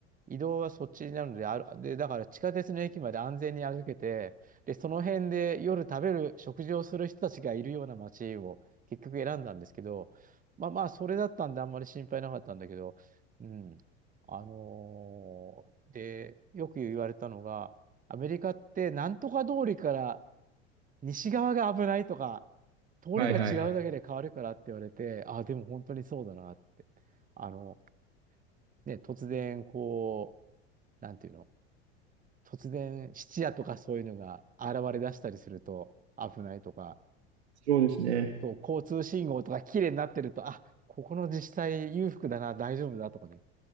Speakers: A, on the right; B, on the right.
A: 移動はそっちになるので、ある、で、だから地下鉄の駅まで安全に歩けて、で、その辺で夜食べる、食事をする人たちがいるような街を結局選んだんですけど、まあまあ、それだったんであんまり心配なかったんだけど、うん。あのーで、よく言われたのが、アメリカってなんとか通りから西側が危ないとか、通りが違うだけで変わるからって言われて、
B: はいはい。
A: あ、でも本当にそうだなって。あの、ね、突然こう、なんていうの、突然質屋とかそういうのが現れ出したりすると危ないとか、
B: そうですね。
A: そう、交通信号とか綺麗になってると、あ、ここの自治体裕福だな、大丈夫だとかね。